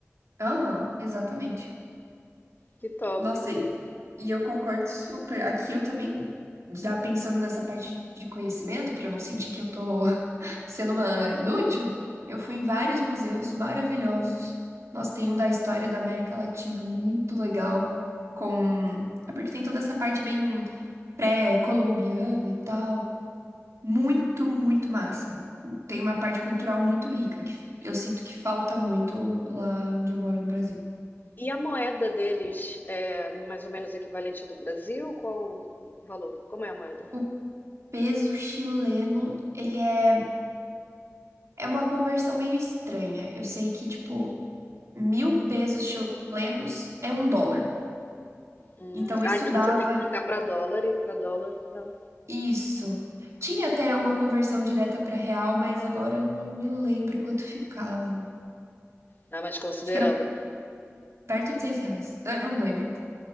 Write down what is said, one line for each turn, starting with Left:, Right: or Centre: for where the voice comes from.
Right: Aham, exatamente.
Left: Que top.
Right: Nossa, e, e eu concordo super. Aqui eu também, já pensando nessa parte de conhecimento, pra eu não sentir que eu tô Sendo uma inútil, eu fui em vários museus maravilhosos. Nós tem um da história da América Latina muito legal, com... É porque tem toda essa parte bem pré-colombiana e tal. Muito, muito massa. Tem uma parte cultural muito rica, que eu sinto que falta muito lá onde eu moro no Brasil.
Left: E a moeda deles é mais ou menos equivalente à do Brasil? Qual o valor? Como é a moeda?
Right: O peso chileno, ele é... É uma conversão meio estranha. Eu sei que, tipo, mil pesos chilenos é um dólar.
Left: Hum,
Right: Então
Left: Ah,
Right: isso
Left: então
Right: dava
Left: você tem que trocar para dólar e para dólar pra...
Right: isso. Tinha até uma conversão direta para real, mas agora eu não me lembro quanto ficava.
Left: Ah, mas considerando,
Right: Acho que era perto de seis reais. Ah, não lembro.